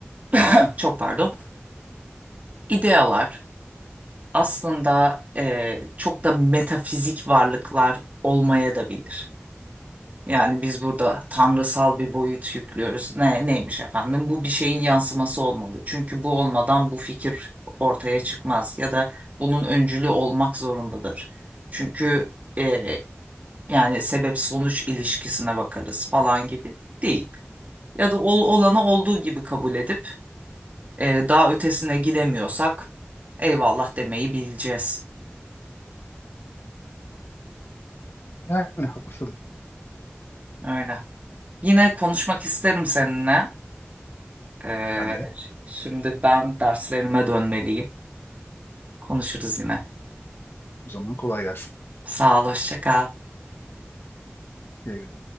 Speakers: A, on the right; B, on the left.
A: <clears throat> Çok pardon. İdealar aslında e, çok da metafizik varlıklar olmaya da bilir. Yani biz burada tanrısal bir boyut yüklüyoruz. Ne, neymiş efendim? Bu bir şeyin yansıması olmalı. Çünkü bu olmadan bu fikir ortaya çıkmaz ya da bunun öncülü olmak zorundadır. Çünkü e, yani sebep sonuç ilişkisine bakarız falan gibi değil. Ya da ol, olanı olduğu gibi kabul edip e, daha ötesine gidemiyorsak eyvallah demeyi bileceğiz.
B: Yani haklısın.
A: Öyle. Yine konuşmak isterim seninle. Ee,
B: Ben de
A: şimdi ben derslerime dönmeliyim. Konuşuruz yine.
B: o zaman kolay gelsin.
A: Sağ ol, hoşça kal.
B: Güle güle.